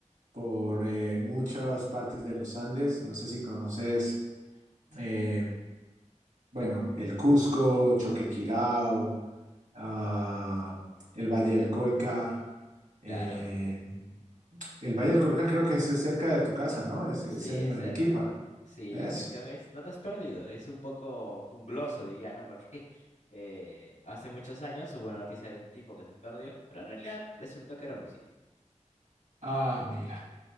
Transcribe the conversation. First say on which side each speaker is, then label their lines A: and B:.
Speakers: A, on the right; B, on the left.
A: por eh, muchas partes de los Andes. No sé si conoces, eh, bueno, el Cusco, Choquequirao, ah, el Valle del Colca. eh,
B: Claro.
A: el Valle del Colca creo que es cerca de tu casa, ¿no? Es,
B: Sí,
A: es en
B: es cerca.
A: Arequipa.
B: Sí,
A: Eso.
B: la cuestión es, no te has perdido. Es un poco jungloso, diría, ¿no? Porque <laughs> eh, hace muchos años hubo una noticia de un tipo que se perdió, pero en realidad resultó que era homicidio.
A: Ah, mira.